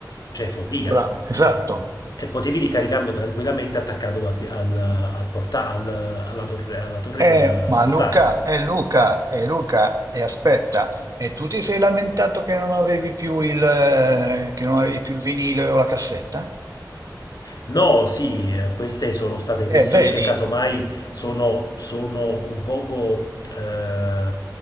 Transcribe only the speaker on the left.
cioè follia,
e potevi ricaricarlo tranquillamente attaccandolo al, pi- al- al porta- al- alla, torre, alla torre
del
portatile.
No, sì, eh, queste sono state questioni
che casomai sono, sono un poco eh,